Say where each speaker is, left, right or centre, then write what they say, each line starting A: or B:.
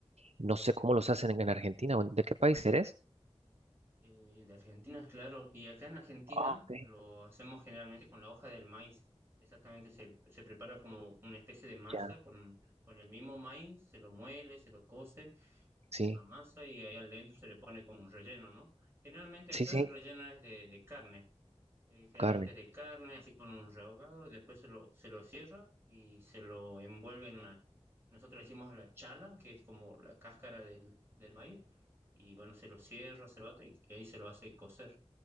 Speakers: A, on the right; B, on the right.
A: No sé cómo los hacen en, en Argentina o en- de qué país eres.
B: Eh, de Argentina, claro. Y acá en Argentina
A: Ah, ok,
B: lo hacemos generalmente con la hoja del maíz. Exactamente, se, se prepara como una especie de masa
A: ya.
B: con, con el mismo maíz, se lo muele, se lo cose,
A: Sí,
B: una masa y ahí adentro se le pone como un relleno, ¿no? Generalmente
A: sí,
B: acá
A: sí,
B: el relleno es de de carne. eh, generalmente
A: carne.
B: es de carne, así con un rehogado, después se lo, se lo cierra y se lo envuelve en una... Nosotros le hicimos la chala, que es como la cáscara del, del maíz, y bueno, se lo cierra, se lo ata y, y ahí se lo hace cocer.